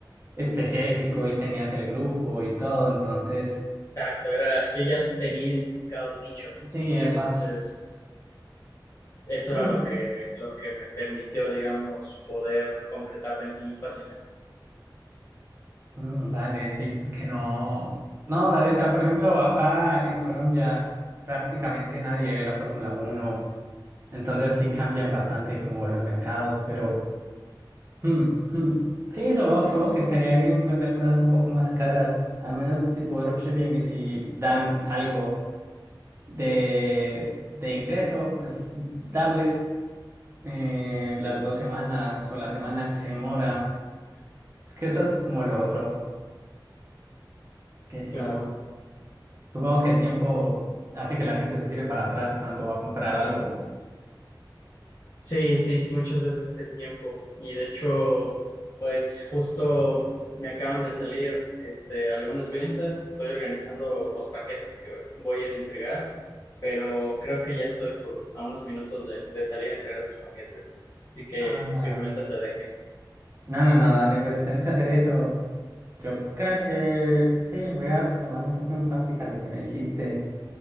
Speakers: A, on the right (about 35°); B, on the left (about 40°).
A: específico y tenías el grupo y todo, entonces,
B: Exacto, era, yo ya tenía identificado un nicho.
A: sí, epa.
B: Entonces... eso era
A: Mm.
B: lo que, lo que me permitió, digamos, poder concretar ventas muy fácilmente.
A: Mm, dale, sí, porque no. No, dale, o sea, por ejemplo, acá en Colombia prácticamente nadie ve la Fórmula Uno, entonces sí cambian bastante como los mercados, pero. Mm, mm. Sí, supongo, supongo que estaría bien vender cosas un poco más caras, al menos tipo dropshipping, y si dan algo de, de ingreso, pues darles eh, las dos semanas o la semana que se demora. Es que eso es como lo otro, que si
B: Claro.
A: supongo que el tiempo hace que la gente se tire para atrás cuando va a comprar algo.
B: Sí, sí, sí, muchas veces el tiempo. Y de hecho, pues justo me acaban de salir este, algunas ventas. Estoy organizando los paquetes que voy a entregar, pero creo que ya estoy por a unos minutos de, de salir a entregar esos paquetes. Así que
A: Ah,
B: posiblemente
A: dale.
B: te deje.
A: No, no, no, dale, pues si tienes que hacer eso, yo creo que sí, voy a tomar un poco en práctica lo que me dijiste.